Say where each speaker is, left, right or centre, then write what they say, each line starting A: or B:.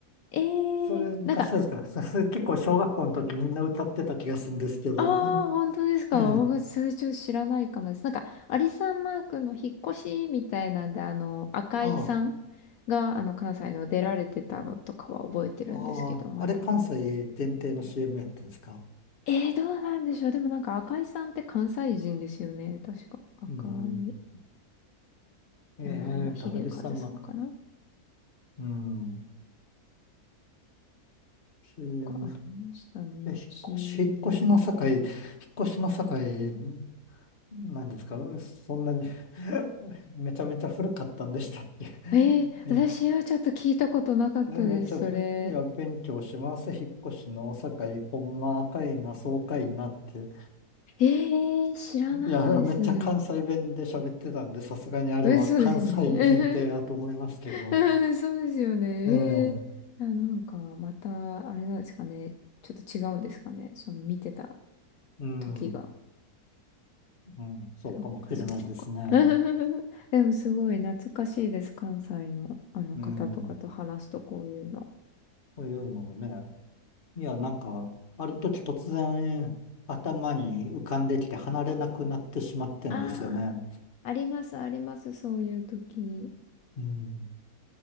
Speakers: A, on the left; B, on the left.
A: えー、
B: それ昔ですかそそれ結構小学校の時みんな歌ってた気がするんですけど。
A: なんか、ああ、
B: うん、
A: 本当ですか。
B: ええ
A: 僕、それちょっと知らないかもです。なんか、アリサンマークの引っ越しみたいなんで、あの、赤井さん
B: ああ
A: が、あの、関西の出られてたのとかは覚えてるんですけど、
B: ああ、
A: また。
B: あれ関西限定の CM やってんですか
A: えー、どうなんでしょう。でもなんか赤井さんって関西人ですよね。確か。赤い
B: うん。えーと、
A: 名前が秀和さんかな
B: ハリさん幕。うん。CM。
A: とかありましたね。
B: え、引っ越し、
A: CM。
B: 引っ越しの境、引っ越しの境、んなんですかそんなに <laughs> めちゃめちゃ古かったんでしたっけ
A: えー、
B: <laughs> え、
A: 私はちょっと聞いたことなかったです、
B: えめっちゃぶ、
A: それ。
B: いや、勉強します。引っ越しの境、ほんま赤いな、爽快なって。
A: えー、知らないです。
B: いや、めっちゃ関西弁で喋ってたんで、さすがにあれは関西限定だと思いますけど。
A: え、そうですよね。<laughs> うんそうですよね。
B: ええ、
A: えー、あ、なんかまた、あれなんですかね。ちょっと違うんですかね。その見てた
B: うん、
A: 時が。
B: うん、そうかもしれないですね。
A: そっかそっか。<laughs> でもすごい懐かしいです。関西のあの方とかと話すとこういうの。
B: うん、そういうのをね。いや、なんか、ある時突然頭に浮かんできて離れなくなってしまってんですよね。
A: ああ、ありますあります。そういう時。
B: うん、